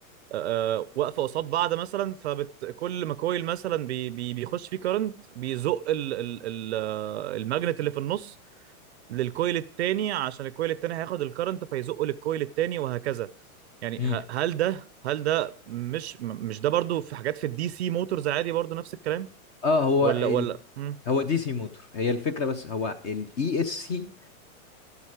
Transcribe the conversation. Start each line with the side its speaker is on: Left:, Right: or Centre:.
Right: آه، واقفه قصاد بعض مثلا فكل ما كويل مثلا بي بي بيخش فيه كارنت بيزق ال ال ال آه، الماجنت اللي في النص للكويل التاني عشان الكويل التاني هياخد الكرنت فيزقه للكويل التاني وهكذا يعني
Left: مم.
Right: ه- هل ده هل ده مش مش ده برضو في حاجات في الدي سي موتورز عادي برضو نفس الكلام
Left: اه هو
Right: ولا
Left: ال...
Right: ولا مم.
Left: هو دي سي موتور هي الفكره بس هو الاي اس سي